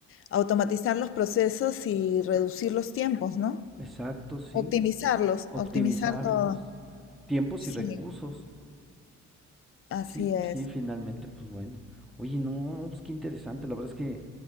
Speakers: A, on the left (about 45°); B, in the centre.
A: automatizar los procesos y reducir los tiempos, ¿no?
B: Exacto, sí.
A: Optimizarlos,
B: Optimizar
A: optimizar todo.
B: los Tiempos
A: Sí,
B: y recursos.
A: así
B: Sí,
A: es.
B: sí, finalmente, pues bueno. Oye, no, no, pues qué interesante. La verdad es que